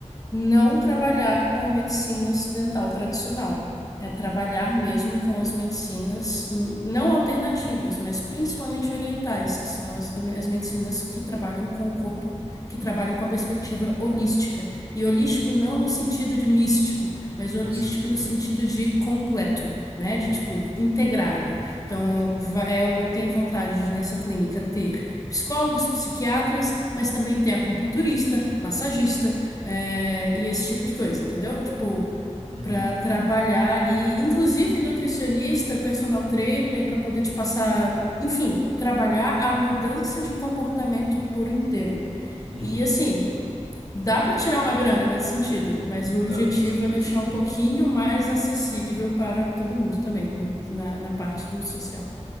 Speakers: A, on the left (about 30°); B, on the right (about 50°).
A: não trabalhar com a medicina ocidental tradicional. É trabalhar mesmo com as medicinas, hum, não alternativas, mas principalmente orientais, que são as, as medicinas que trabalham com o corpo, que trabalham com a perspectiva holística. E holístico não no sentido de místico, mas holístico
B: Eu sei o que
A: no
B: que
A: sentido
B: é.
A: de completo, né? De
B: uhum,
A: tipo, integrado. Então, va- é- eu tenho vontade de, nessa clínica ter psicólogos, psiquiatras, mas também ter acupunturista, massagista é, e esse tipo de coisa, entendeu? Tipo,
B: uhum,
A: para trabalhar ali, inclusive nutricionista, personal trainer, para poder te passar, enfim, trabalhar a mudança de comportamento por inteiro.
B: uhum.
A: E assim, dá para tirar uma grana nesse sentido, mas o
B: Dá,
A: objetivo
B: com certeza.
A: é deixar um pouquinho mais acessível para todo mundo também, no- na, na parte do social.